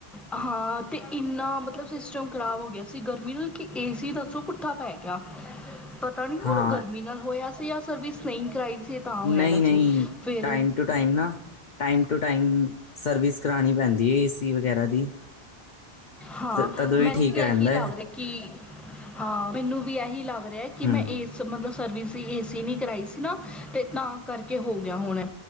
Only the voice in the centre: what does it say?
ਹਾਂ ਤੇ ਇੰਨਾ ਮਤਲਬ ਸਿਸਟਮ ਖ਼ਰਾਬ ਹੋ ਗਿਆ ਸੀ, ਗਰਮੀ ਨਾਲ ਕਿ ਏਸੀ ਦੱਸੋ ਪੁੱਠਾ ਪੈ ਗਿਆਂ, ਪਤਾ ਨੀ ਹੁਣ
ਗਰਮੀ ਨਾਲ ਹੋਇਆ ਸੀ, ਜਾਂ ਸਰਵਿਸ ਨਹੀਂ ਕਰਾਈ ਸੀ ਤਾਂ ਹੋਇਆ
ਦਾ
ਸੀ ਫਿਰ
ਹਾਂ
ਮੈਨੂੰ
ਇਹੀ ਲੱਗ
ਰਿਹਾ ਕਿ ਹਾਂ, ਮੈਨੂੰ ਵੀ ਐਹੀ ਲੱਗ ਰਿਆ ਕਿ
ਮੈਂ ਏਸ ਮਤਲਬ ਸਰਵਿਸ ਏਸੀ ਨੀ ਕਰਾਈ ਸੀ ਨਾ ਤੇ ਤਾਂ ਕਰਕੇ ਹੋ ਗਿਆ ਹੋਣਾ,